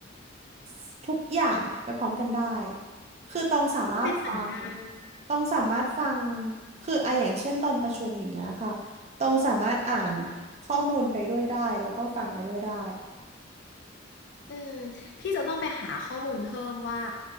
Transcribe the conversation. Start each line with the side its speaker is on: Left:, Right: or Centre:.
Right: ำทุกอย่างไปพร้อมกันได้คือตองสามารถฟัง
Left: ไม่เป็นเหมือนกัน
Right: ตองสามารถฟังคืออะอย่างเช่นตอนประชุมอย่างเงี้ยค่ะตองสามารถอ่านข้อมูลไปด้วยได้แล้วก็ฟังไปด้วยได้
Left: อืมพี่จะต้องไปหาข้อมูลเพิ่มว่า